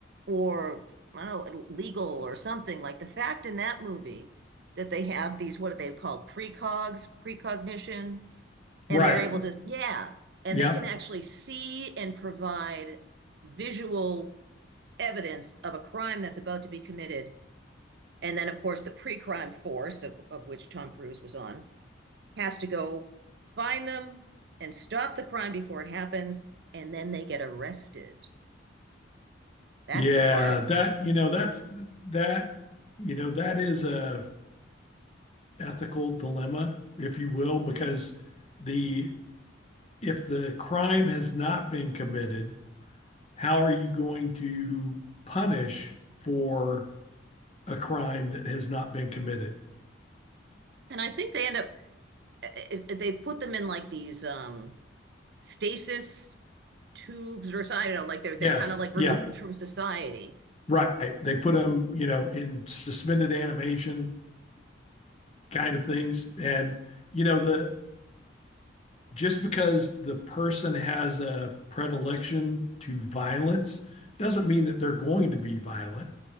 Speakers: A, on the right; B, on the left.
A: or I don't know, legal or something. Like the fact in that movie that they have these, what are they called, precogs, precognition, and
B: Right.
A: they're able to, yeah, and
B: Yep.
A: they can actually see and provide visual evidence of a crime that's about to be committed And then, of course, the pre crime force, of, of which Tom Cruise was on, has to go find them and stop the crime before it happens. And then they get arrested. That's
B: Yeah,
A: the part.
B: that you know that's that you know that is a ethical dilemma, if you will, because the if the crime has not been committed, how are you going to punish for a crime that has not been committed?
A: And I think they end up, eh, eh, they put them in like these um, stasis tubes or something. I don't know, like they're, they're
B: Yes.
A: kind of like removed
B: Yep.
A: from society.
B: Right. They put them, you know, in suspended animation kind of things and you know the just because the person has a predilection to violence doesn't mean that they're going to be violent.